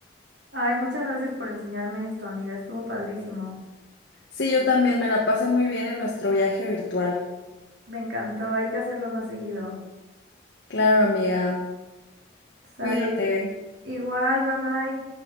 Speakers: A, on the right; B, on the left.
A: Ay, muchas gracias por enseñarme esto, amiga. Estuvo padrísimo.
B: Sí, yo también me la pasé muy bien en nuestro viaje virtual.
A: Me encantó, hay que hacerlo más seguido.
B: Claro, amiga.
A: Sale
B: Cuídate.
A: que... Igual, bye bye.